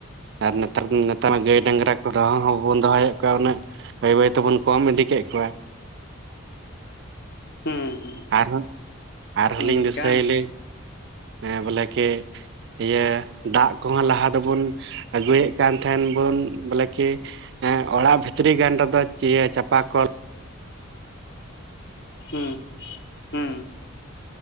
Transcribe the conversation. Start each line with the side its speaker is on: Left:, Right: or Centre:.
Right: ᱟᱨ ᱱᱮᱛᱟᱨ ᱱᱮᱛᱟᱨ ᱢᱟ ᱜᱟᱹᱭ ᱰᱟᱝᱨᱟ ᱠᱚ ᱫᱚᱦᱚ ᱦᱚᱸ ᱵᱟᱵᱚᱱ ᱫᱚᱦᱚᱭᱮᱜ, ᱠᱚᱣᱟ ᱩᱱᱟᱹᱜ᱾ ᱵᱟᱹᱭ ᱵᱟᱹᱭ ᱛᱮᱵᱚᱱ ᱠᱚᱢ ᱤᱫᱤ ᱠᱮᱜ ᱠᱚᱣᱟ᱾
Left: ᱦᱩᱸ ᱦᱩᱸ
Right: ᱟᱨᱦᱚᱸ, ᱟᱨᱦᱚᱸ
Left: ᱦᱩᱸ
Right: ᱞᱤᱧ ᱫᱤᱥᱟᱹᱭᱞᱤᱧ
Left: ᱠᱟᱱ ᱜᱮᱭᱟ
Right: ᱦᱮᱸ ᱵᱚᱞᱮ ᱠᱮ ᱤᱭᱟᱹ, ᱫᱟᱜ ᱠᱚᱦᱚᱸ, ᱞᱟᱦᱟ ᱫᱚᱵᱚᱱ ᱟᱹᱜᱩᱭᱮᱜ ᱠᱟᱱ ᱛᱟᱦᱮᱸᱱ ᱵᱚᱱ ᱵᱚᱞᱮ ᱠᱤ ᱦᱮᱸ ᱚᱲᱟᱜ ᱵᱷᱤᱛᱨᱤ ᱜᱟᱱ ᱨᱮᱫᱚ ᱤᱭᱟᱹᱪᱟᱯᱟ ᱠᱚᱞ
Left: ᱦᱩᱸ ᱦᱩᱸ